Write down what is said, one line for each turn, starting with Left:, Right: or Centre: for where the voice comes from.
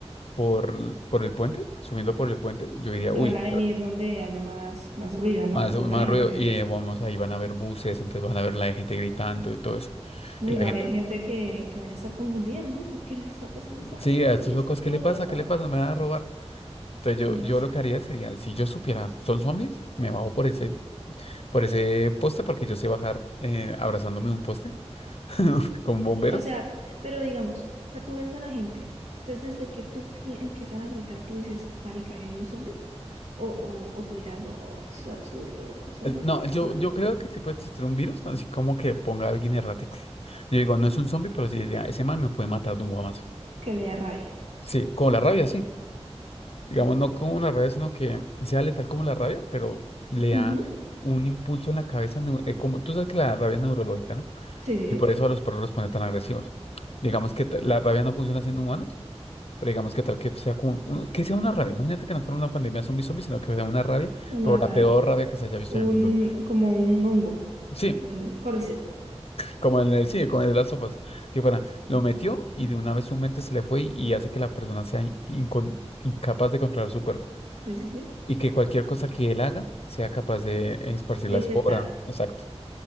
Left: por, por el puente, subiendo por el puente, yo diría,
Right: y
Left: uy,
Right: van a venir donde haya más, más ruido, ¿no?
Left: Más,
Right: Entonces
Left: más
Right: la gente,
Left: ruido. Y eh, vamos, ahí van a ver buses, entonces van a ver la gente gritando y todo eso.
Right: no,
Left: Y
Right: y
Left: la
Right: va
Left: gente,
Right: a haber gente que, que vaya a estar confundida, ¿no? Uy, ¿Qué les está pasando a esta gente?
Left: sí, a estos
Right: Mira,
Left: locos,
Right: está toda
Left: ¿qué le
Right: loca.
Left: pasa? ¿Qué le pasa? Me van a robar. Entonces yo,
Right: No, mira,
Left: yo
Right: es-
Left: lo que haría sería, si yo supiera, son zombies, me bajo por ese, por ese poste porque yo sé bajar eh, abrazándome de un poste <laughs> como un bombero.
Right: o sea, pero digamos, o sea, tú ves a la gente. Entonces, desde que tú pi- empiezan a gritar, tú dices, marica, ¿ahí hay un zombie. O, o, o tú dirás, no, eso es absurdo, eso
Left: Eh,
Right: no
Left: No,
Right: pasa.
Left: yo, yo creo que sí puede existir un virus, así como que ponga a alguien errático. Yo digo, no es un zombie, pero sí diría, ese man me puede matar de un guamazo.
Right: Que le da rabia.
Left: Sí, con la rabia, sí. digamos, no como una rabia, sino que sea letal como la rabia, pero le da
Right: Ujú.
Left: un impulso en la cabeza, neu- eh, como tú sabes que la rabia es neurológica, ¿no?
Right: Sí, sí,
Left: Y
Right: sí,
Left: por eso a los perros los pone tan agresivos. Digamos que ta- la rabia no funciona siendo humanos, pero digamos que tal que sea como un- que sea una rabia. Imagínate que no fuera una pandemia zombie zombie, sino que sea una rabia,
Right: una
Left: pero
Right: rabia.
Left: la peor rabia que se haya visto
Right: Un,
Left: en el mundo.
Right: como un hongo,
Left: Sí,
Right: o el cordyceps.
Left: como en el sí, como en las sofas, que fuera, lo metió y de una vez su mente se le fue y hace que la persona sea in- incon- incapaz de controlar su cuerpo.
Right: Sí, sí, sí.
Left: Y que cualquier cosa que él haga sea capaz de esparcir
Right: De
Left: la
Right: infectar.
Left: espora. Exacto.